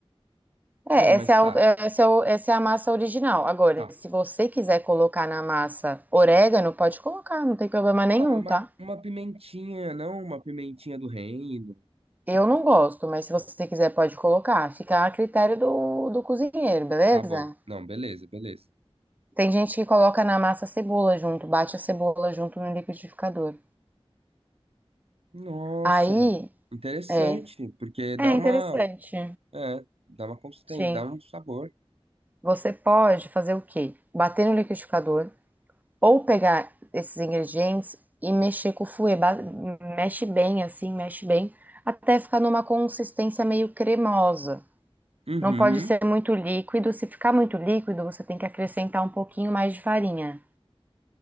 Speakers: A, on the right; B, on the right.
A: É,
B: Bom, mas
A: essa é a,
B: tá,
A: essa é o- essa é a massa original. Agora,
B: tá.
A: se você quiser colocar na massa orégano, pode colocar, não tem problema nenhum,
B: Ah, uma,
A: tá?
B: uma pimentinha, não uma pimentinha do reino.
A: Eu não gosto, mas se você quiser pode colocar. Fica a critério do, do cozinheiro, beleza?
B: Tá bom. Não, beleza, beleza.
A: Tem gente que coloca na massa a cebola junto, bate a cebola junto no liquidificador.
B: Nossa,
A: Aí,
B: interessante,
A: é,
B: porque dá
A: é
B: uma,
A: interessante.
B: é, dá uma consistência,
A: Sim.
B: dá um sabor.
A: Você pode fazer o quê? Bater no liquidificador ou pegar esses ingredientes e mexer com o fouet. Ba- Mexe bem assim, mexe bem, até ficar numa consistência meio cremosa.
B: Uhum,
A: Não pode ser muito líquido. Se ficar muito líquido, você tem que acrescentar um pouquinho mais de farinha.